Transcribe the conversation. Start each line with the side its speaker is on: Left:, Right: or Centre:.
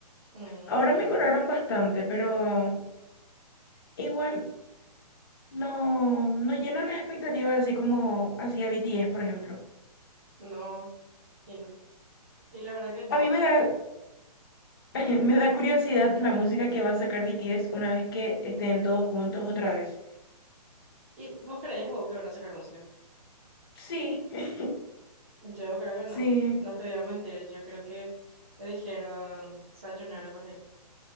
Right: Mm,
Left: Ahora mejoraron bastante, pero igual. No, no llena las expectativas así como hacía B T S por ejemplo.
Right: no, y no. Y la verdad que no.
Left: A mí me da, <laughs> me da curiosidad la música que va a sacar B T S una vez que estén todos juntos otra vez.
Right: ¿Y vos creés, wow, que van a sacar música?
Left: Sí, <laughs>
Right: Yo creo que no,
Left: sí.
Right: no te voy a mentir, yo creo que le dijeron sayonara por ahí.